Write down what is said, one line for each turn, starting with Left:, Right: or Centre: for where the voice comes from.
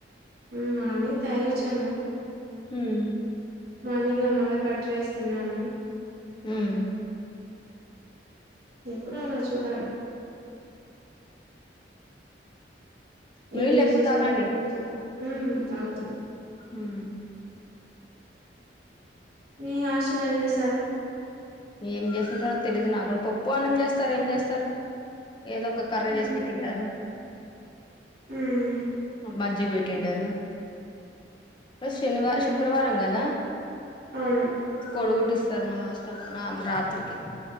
Right: ఉమ్ మార్నింగ్ తగోచ్చను
Left: ఉమ్
Right: మార్నింగ్ అ మళ కట్ రైస్ తిన్నాను
Left: ఉమ్
Right: ఎప్పుడు అ చూడార్
Left: నీళ్ళు
Right: ఏంటి విషే
Left: ఎక్కువ తాగండి
Right: చాలు ఏ ఉమ్ తాగుతుంది
Left: ఉమ్
Right: మీ హాస్టల్లో ఏం చేశారు
Left: ఏం చేసంటారో తెలీదు నా కూడా పప్పు అన్నం చేస్తరు ఏం చేస్తరు ఏదో ఒక కర్ర
Right: ఉమ్
Left: చేసి పెట్టింటారు
Right: ఉమ్
Left: మద్ జగ్వెయిట్ంటారు ర శనివ
Right: నే
Left: శుక్రవారం కదా
Right: అవును
Left: కొడుగుడిస్తారు మహాస్ నామ రాత్రికి